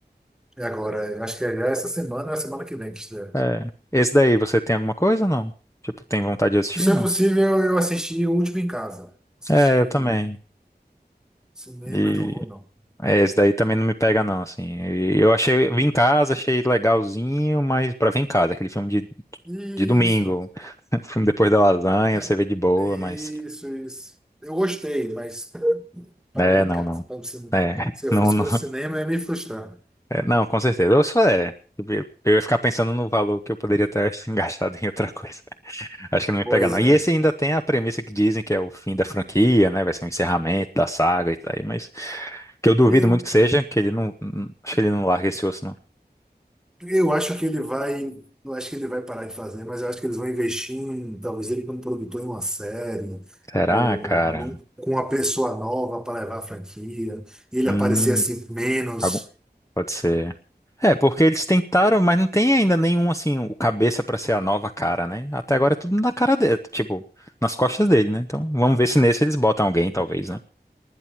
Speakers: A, in the centre; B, on the left (about 15°).
A: E agora, eu acho que é já essa semana, ou é a semana que vem que estreia.
B: É. Esse daí, você tem alguma coisa ou não? Tipo, tem vontade de assistir?
A: Se isso é
B: Não.
A: possível, eu assisti o último em casa. Assisti
B: É,
A: em
B: eu também.
A: cinema,
B: E
A: eu não vou, não.
B: é, esse daí também não me pega, não, assim. E Eu achei, vi em casa, achei legalzinho, mas pra ver em casa, aquele filme de
A: Isso.
B: de domingo. <laughs> O filme depois da lasanha,
A: É,
B: você vê de boa,
A: é,
B: mas.
A: isso, isso. Eu gostei, mas para
B: É,
A: em
B: não,
A: casa.
B: não.
A: Para o Se
B: É, <laughs>
A: eu
B: não,
A: fosse
B: não,
A: para o cinema, eu ia me frustrar.
B: é, não, com certeza. Eu só é. Eu eu ia ficar pensando no valor que eu poderia ter <laughs> gastado em outra coisa. Acho que não me
A: Pois
B: pega, não. E
A: é.
B: esse ainda tem a premissa que dizem que é o fim da franquia, né? Vai ser o encerramento da saga e tal, mas que eu duvido
A: Eu,
B: muito que seja, que ele não. Acho que ele não larga esse osso, não.
A: eu acho que ele vai. Não acho que ele vai parar de fazer, mas eu acho que eles vão investir em, talvez ele como produtor em uma série,
B: Será,
A: ou
B: cara?
A: num- com uma pessoa nova para levar a franquia, ele
B: Hum,
A: aparecer assim menos.
B: algum- Pode ser. É, porque eles tentaram, mas não tem ainda nenhum, assim, o cabeça pra ser a nova cara, né? Até agora é tudo na cara dele, tipo, nas costas dele, né? Então, vamos ver se nesse eles botam alguém, talvez, né?